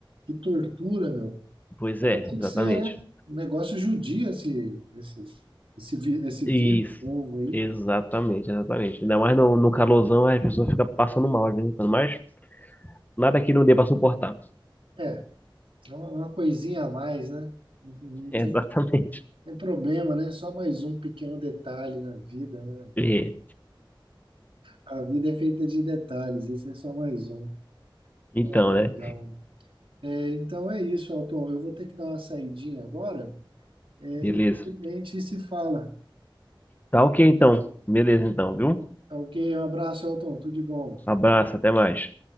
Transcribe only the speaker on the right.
que tortura, meu.
Mas tem
que ser, né? Um negócio judia esse, esse, esse, vi- esse
vírus novo aí.
É, é uma, uma coisinha a mais, né? Não não
tem, tem problema, né? Só mais um pequeno detalhe na vida, né?
A vida é feita de detalhes, esse é só mais um.
Ó,
legal. É, então é isso, Alton. Eu vou ter que dar uma saidinha agora. É,
e aí, de repente, se fala.
Tá ok, um abraço, Elton, tudo de bom.